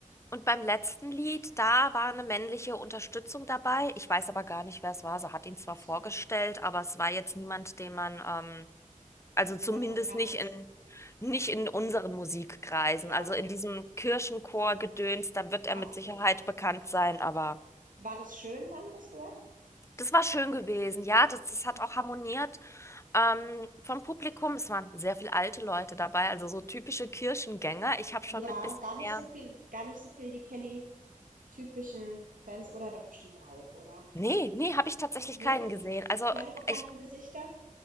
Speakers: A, on the left; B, on the right.
A: und beim letzten Lied, da war eine männliche Unterstützung dabei. Ich weiß aber gar nicht, wer es war. Sie hat ihn zwar
B: Ach
A: vorgestellt,
B: so,
A: aber es war jetzt niemand, den man, ähm, Also
B: niemand
A: zumindest
B: Bekanntes.
A: nicht in, nicht in unseren Musikkreisen.
B: Ja,
A: Also in diesem Kirchenchor-Gedöns, da wird er
B: ach
A: mit
B: so.
A: Sicherheit bekannt sein, aber
B: War das schön dann, das Duett?
A: das war schön gewesen. Ja, das, das
B: Ja.
A: hat auch harmoniert ähm, vom Publikum. Es waren sehr viele alte Leute dabei, also so typische Kirchengänger. Ich habe schon
B: Ja,
A: mit bisschen
B: gar nicht
A: mehr.
B: so viel gar nicht so viel die Kelly-typischen Fans oder doch bestimmt auch, oder?
A: Nee, nee, habe ich tatsächlich
B: Ne?
A: keinen gesehen. Also äh,
B: Keine bekannten
A: ich,
B: Gesichter?